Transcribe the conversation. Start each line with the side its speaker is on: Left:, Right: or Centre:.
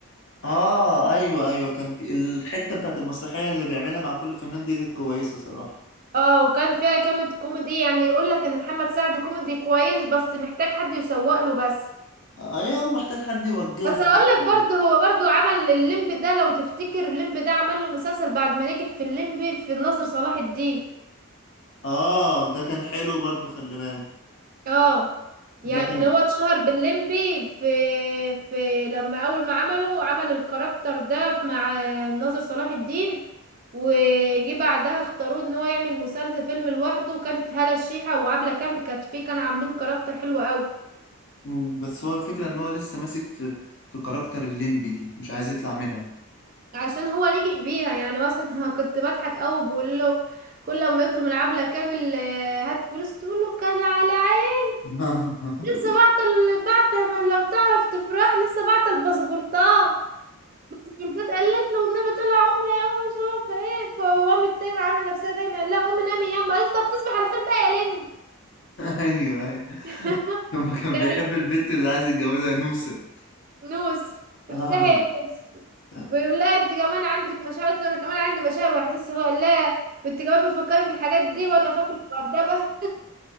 Left: اه ايوه ايوه كان ك- الحته بتاعت المسرحيه اللي بيعملها مع كل فنان دي كانت كويسه صراحه
Right: اه وكان فيها كامد كوميدي يعني يقول لك ان محمد سعد كوميدي كويس بس محتاج حد يسوق له بس
Left: ايوه هو محتاج حد يوجهه
Right: بس هقول
Left: في الحته
Right: لك
Left: دي
Right: برضه هو برضه عمل الليمب ده لو تفتكر الليمب ده عمل له مسلسل بعد ما نجح في الليمب في الناظر صلاح الدين
Left: اه ده كان حلو برضه خلي بالك
Right: اه
Left: ده
Right: يعني
Left: كان
Right: هو اتشهر باللمبي في في لما اول ما عمله عمل الكاركتر ده مع ناظر صلاح الدين وجي بعدها اختاروه ان هو يعمل مسلسل فيلم لوحده وكانت هالة الشيحة وعبلة كامل كانت فيه كانوا عاملين كاركتر حلو قوي
Left: مم، بس هو الفكره ان هو لسه ماسك في في كاركتر الليمبي دي مش عايز يطلع منها
Right: عشان هو نجح بيها يعني مثلا <laughs> كنت بضحك قوي بقول له كل ما يطلب من عبلة كامل آه، هات فلوس تقول له كان على عين
Left: <laughs>
Right: لسه بعت ال- بعت لو تعرف تفرح لسه بعت الباسبورتات فردات قالت له النبي طلع عمري قوي مش عارفه ايه فهو قامت تاني عامله نفسها نايمه قال لها قومي نامي يما قالت له طب تصبح على خير بقى يا لم
Left: ايوه ايوه
Right: <laughs>
Left: لما كان
Right: كانت
Left: بيحب البنت اللي عايز يتجوزها نوسه
Right: نوس
Left: اه
Right: افتحي يا نوس
Left: <laughs>
Right: بيقول لها انت كمان عندك مشاعر قالت له انا كمان عندي مشاعر واحاسيس هو قال لها وانت كمان بتفكري في الحاجات دي وانا فاكرك مؤدبه